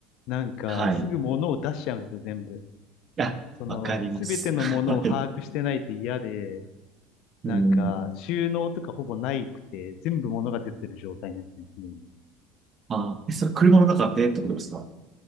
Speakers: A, on the left; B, on the right.
A: なんか、
B: はい。
A: すぐ物を出しちゃうんですよ、
B: い
A: 全部。
B: や、
A: その、
B: わかります。
A: すべてのものを把握してないと嫌で、
B: <laughs> はい。
A: なんか、
B: うん。
A: 収納とかほぼないくて、全部物が出てる状態なんですね、常に。
B: あ、え、それ車の中でってことですか